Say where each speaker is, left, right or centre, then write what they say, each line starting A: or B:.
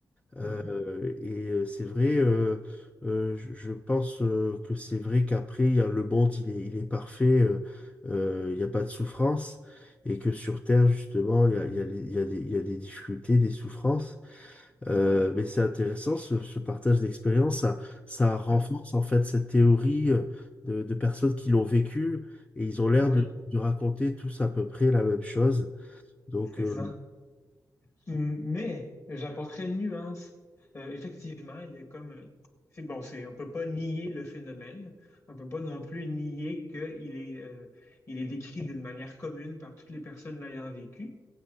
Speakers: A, on the left; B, on the left.
A: Euh,
B: mhm,
A: et euh, c'est vrai, euh, euh, je je pense euh, que c'est vrai qu'après, il y a- le monde, il est, il est parfait, euh, euh, il n'y a pas de souffrance, et que sur Terre, justement, il y a, il y a les- il y a des, il y a des difficultés, des souffrances. Euh,
B: mhm.
A: mais c'est intéressant, ce, ce partage d'expérience, ça, ça renforce
B: Ouais,
A: en fait cette théorie euh, de, de personnes qui l'ont vécu, et ils ont l'air
B: Oui,
A: de, de raconter tous à peu près la même chose. Donc,
B: c'est
A: euh,
B: ça. Mais j'apporterai une nuance. Euh, effectivement, il y a comme c'est bon, c'est on peut pas nier le phénomène, on peut pas non plus nier qu'il est euh, il est décrit d'une manière commune par toutes les personnes l'ayant vécu.